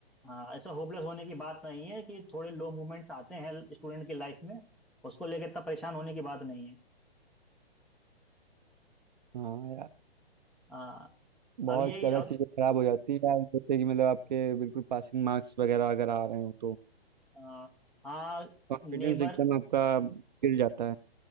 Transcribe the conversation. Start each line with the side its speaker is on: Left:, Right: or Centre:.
Centre: हाँ ऐसा होपलेस होने की बात नहीं है कि थोड़े लो मोमेंट्स आते हैं स्टूडेंट की लाइफ में उसको लेकर इतना परेशान होने की बात नहीं है
Right: हाँ यार
Centre: हाँ अब
Right: बहुत
Centre: यही
Right: ज़्यादा
Centre: अब
Right: चीज़ें खराब हो जाती है यार जैसे कि मतलब आपके बिल्कुल पासिंग मार्क्स वगैरह अगर आ रहे हो तो
Centre: आ, हाँ
Right: कॉन्फिडेंस
Centre: नेबर
Right: एकदम आपका गिर जाता है